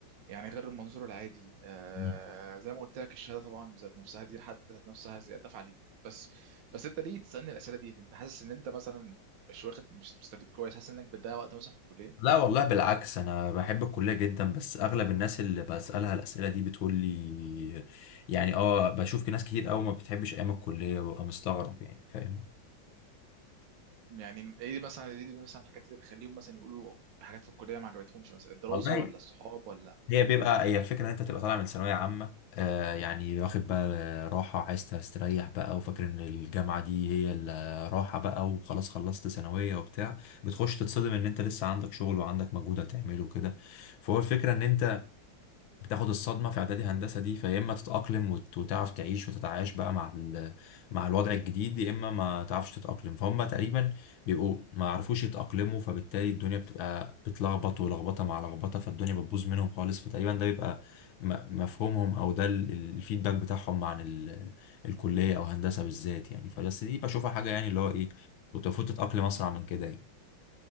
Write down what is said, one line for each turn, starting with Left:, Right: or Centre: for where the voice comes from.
Right: يعني غير المنظور العادي آه
Left: مم.
Right: زي ما قلت لك الشهاده طبعا ذات نفسها دي لحد ذات نفسها زياده عليك بس بس انت ليه بتسالني الاسئله ديت انت حاسس ان انت مثلا مش واخد مش مستفيد كويس حاسس انك بتضيع وقت مثلا في الكليه
Left: لا والله بالعكس انا بحب الكليه جدا بس اغلب الناس اللي بسالها الاسئله دي بتقول لي يعني اه بشوف ناس كتير قوي ما بتحبش ايام الكليه وببقى مستغرب يعني فاهم
Right: يعني ايه مثلا ايه مثلا الحاجات اللي بتخليهم مثلا يقولوا في حاجات في الكليه ما عجبتهمش مثلا الدراسه
Left: والله
Right: ولا الصحاب ولا
Left: هي بيبقى هي الفكرة ان انت تبقى طالع من ثانوية عامة آه يعني واخد بقى راحة عايز تستريح بقى وفاكر ان الجامعة دي هي الراحة بقى وخلاص خلصت ثانوية وبتاع بتخش تتصدم ان انت لسه عندك شغل وعندك مجهود هتعمله وكده فهو الفكرة ان انت بتاخد الصدمة في إعدادي هندسة دي فيا إما تتأقلم وت- وتعرف تعيش وتتعايش بقى مع ال- مع الوضع الجديد يا إما ما تعرفش تتأقلم فهم تقريبا بيبقوا ما عرفوش يتأقلموا فبالتالي الدنيا بتبقى بتلخبط ولخبطة مع لخبطة فالدنيا بتبوظ منهم خالص فتقريبا ده بيبقى م- مفهومهم أو ده ال- الفيدباك بتاعهم عن ال- الكلية أو هندسة بالذات يعني فبس دي بشوفها حاجة يعني اللي هو إيه كنت المفروض تتأقلم أسرع من كده يعني